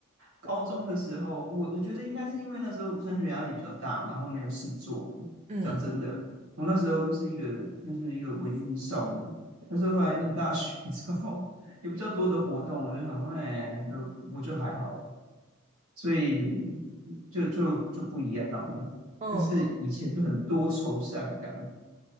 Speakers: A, on the right (about 80°); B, on the right (about 30°).
A: 高中的时候，我我觉得应该是因为那时候我升学压力比较大，然后没有事做。
B: 嗯
A: 讲真的，我那时候就是一个就是一个文艺少女，但是后来念大学之后，有比较多的活动，我就想说，哎，就我就还好了，所以就就就不一样了。
B: 嗯嗯，
A: 但是以前就很多愁善感，